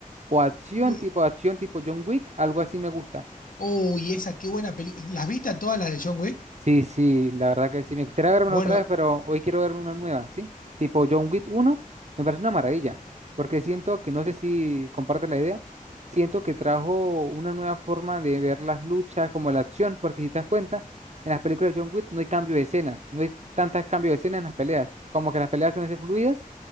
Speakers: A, on the right; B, on the left.
A: o acción
B: Ue-
A: tipo acción tipo John Wick, algo así me gusta.
B: Oh, y esa, qué buena película. ¿Las viste a todas las de John Wick?
A: Sí, sí, la verdad que sí. Me gustaría verme
B: Bueno,
A: otra vez, pero hoy quiero verme una nueva, ¿sí? Tipo John Wick uno, me parece una maravilla, porque siento que, no sé si comparte la idea, siento que trajo una nueva forma de ver las luchas, como la acción, porque si te das cuenta, en las películas de John Wick no hay cambio de escenas, no hay tantos cambios de escenas en las peleas, como que las peleas suelen ser fluidas